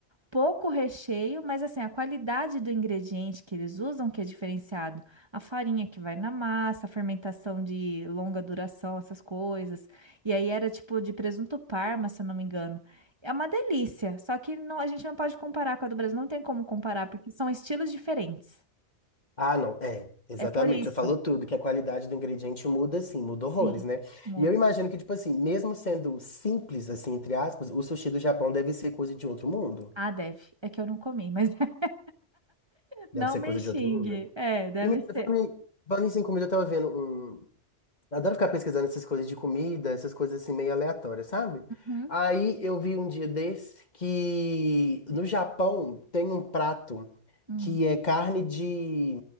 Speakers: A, on the right; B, on the left.
A: pouco recheio, mas assim, a qualidade do ingrediente que eles usam que é diferenciado. A farinha que vai na massa, a fermentação de longa duração, essas coisas. E aí era tipo de presunto parma, se eu não me engano. É uma delícia, só que não, a gente não pode comparar com a do Brasil, não tem como comparar, porque são estilos diferentes.
B: Ah, não, é, exatamente.
A: É por isso.
B: Você falou tudo, que a qualidade do ingrediente muda, assim, muda
A: Sim,
B: horrores, né?
A: muda.
B: E eu imagino que, tipo assim, mesmo sendo simples, assim, entre aspas, o sushi do Japão deve ser coisa de outro mundo.
A: Ah, deve. É que eu não comi, mas <laughs>
B: Deve
A: não
B: ser
A: me
B: coisa
A: xingue.
B: de outro mundo.
A: É, deve
B: E, menina,
A: ser.
B: falando em, falando isso em comida, eu tava vendo um. Eu Adoro ficar pesquisando essas coisas de comida, essas coisas assim meio aleatórias, sabe?
A: Uhum.
B: Aí eu vi um dia desse que no Japão tem um prato
A: Hum.
B: que é carne de